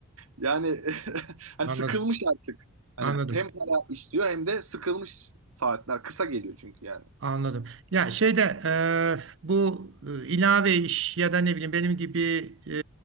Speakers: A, on the right (about 75°); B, on the right (about 55°).
A: Yani <laughs> hani
B: Anladım,
A: sıkılmış artık. Hani
B: anladım.
A: hem para istiyor hem de sıkılmış saatler. Kısa geliyor çünkü yani.
B: Anladım. Ya şeyde eee, bu e, ilave iş ya da ne bileyim benim gibi e,